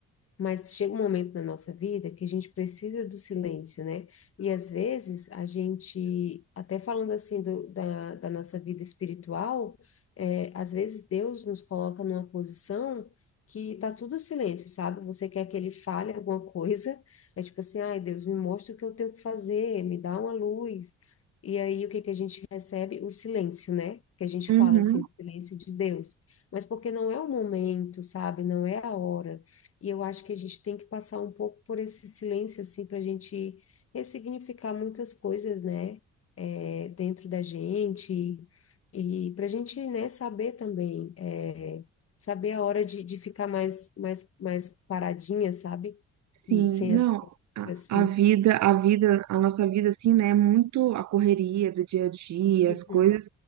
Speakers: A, on the left; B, on the right.
A: Mas chega um momento na nossa vida que a gente precisa do silêncio, né? E às vezes a gente, até falando assim do- da, da nossa vida espiritual, é, às vezes Deus nos coloca numa posição que tá tudo silêncio, sabe? Você quer que ele fale alguma coisa, é tipo assim, ai, Deus, me mostra o que eu tenho que fazer, me dá uma luz. E aí o que que a gente recebe? O silêncio, né? Que a gente
B: Uhum.
A: fala assim, o silêncio de Deus. Mas porque não é o momento, sabe? Não é a hora. E eu acho que a gente tem que passar um pouco por esse silêncio, assim, para a gente ressignificar muitas coisas, né, é, dentro da gente, e para a gente, né, saber também, é, saber a hora de, de ficar mais, mais, mais paradinha, sabe?
B: Sim,
A: Hum, Sem
B: não,
A: essa,
B: a,
A: assim.
B: a vida, a vida, a nossa vida, assim, né, é muito a correria do dia a dia,
A: Uhum.
B: as coisas,